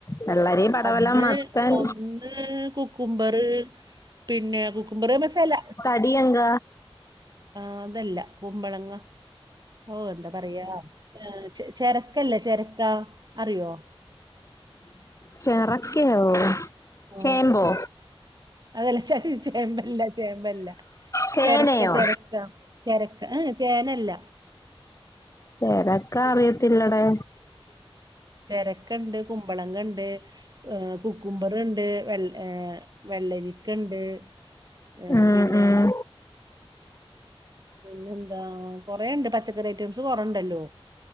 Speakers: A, on the left; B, on the right.
A: വെള്ളരി പടവലം
B: ഒന്ന്
A: മത്തൻ
B: ഒന്ന് ഉം കുക്കുംബറ് പിന്നെ കുക്കുംബറ് സാല
A: ടിയങ്ക
B: ആഹ് അതല്ല കുമ്പളങ്ങ പോന്ത പറയാ ഏഹ് ചെരക്കല്ലേ ചെരക്കാ അറിയോ
A: ചിറക്കയോ
B: ആഹ്
A: ചേമ്പോ
B: അതല്ല ച ചേമ്പല്ല ചേമ്പല്ല
A: ചേനയോ
B: ചെരക്ക ചെരക്ക ചെരക്ക് ആഹ് ചേനല്ല
A: ചെരക്ക അറിയത്തില്ലടെ
B: ചെരക്ക ഉണ്ട് കുമ്പളങ്ങ ഉണ്ട് ഏഹ് കുക്കുംബർ ഉണ്ട് വെള്ള ഏഹ് വെള്ളരിക്കയുണ്ട് ഏഹ്
A: ഉം
B: പിന്നെ
A: ഉം
B: പിന്നെ എന്താ കൊറെ ഉണ്ട് പച്ചക്കറി ഐറ്റംസ് കൊറ ഉണ്ടല്ലോ